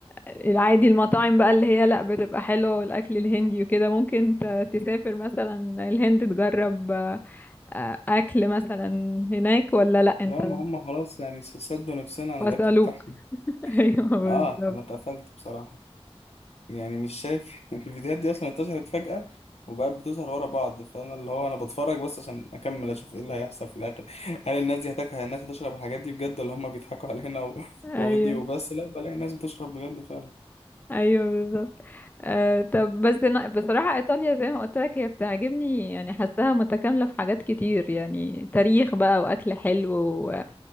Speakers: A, on the left; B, on the left.
A: العادي المطاعم بقى اللي هي لا بتبقى حلوة والاكل الهندي وكده ممكن ت- تسافر مثلا الهند تجرب آه، اكل مثلا هناك ولا لا انت
B: لا ما هم خلاص يعني س- سدوا نفسنا على
A: واسالوك
B: الاكل بتاعهم
A: <laughs> ايوه بالظبط
B: اه انا اتقفلت بصراحه يعني مش شايف <laughs> الفيديوهات دي اصلا انتشرت فجاه وبقت بتظهر ورا بعض فانا اللي هو انا بتفرج بس عشان اكمل اشوف ايه اللي هيحصل في الاخر <laughs> هل الناس دي هتاكل هل الناس هتشرب الحاجات دي بجد ولا هم بيضحكوا علينا و... <laughs>
A: ايوه
B: وفيديو بس لا بلاقي الناس بتشرب بجد فعلا
A: ايوه بالظبط آه طب بس أنا بصراحه ايطاليا زي ما قلت لك هي بتعجبني يعني حاساها متكامله في حاجات كتير يعني تاريخ بقى واكل حلو و...